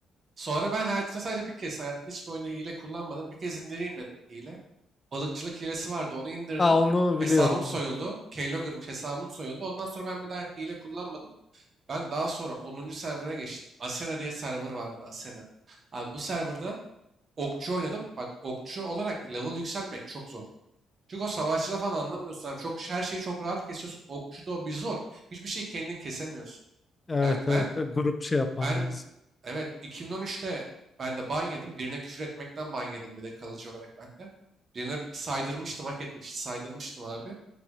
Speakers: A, on the right; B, on the left.
A: Sonra ben hayatımda sadece bir kez hayatımda hiçbir oyunu hile kullanmadım. Bir kez indireyim dedim hile. Balıkçılık hilesi vardı onu indirdim.
B: Aa, onu
A: Hesabım
B: biliyorum.
A: soyuldu. Keylogger'mış hesabım soyuldu. Ondan sonra ben bir daha hile kullanmadım. Ben daha sonra onuncu server'a geçtim. Asena diye server vardı Asena. Abi bu serverda okçu oynadım. Bak okçu olarak level yükselmek çok zor. Çünkü o savaşçıda falan anlamıyorsun abi. Çok, her şeyi çok rahat kesiyorsun. Okçuda o bir zor. Hiçbir şeyi kendin kesemiyorsun.
B: Evet
A: Yani
B: evet evet,
A: ben
B: evet. grup şey yapman
A: ben
B: lazım.
A: evet 2013'te ben de ban yedim. Birine küfür etmekten ban yedim bir de kalıcı olarak ben de. Birine saydırmıştım, hak etmişti. Saydırmıştım abi.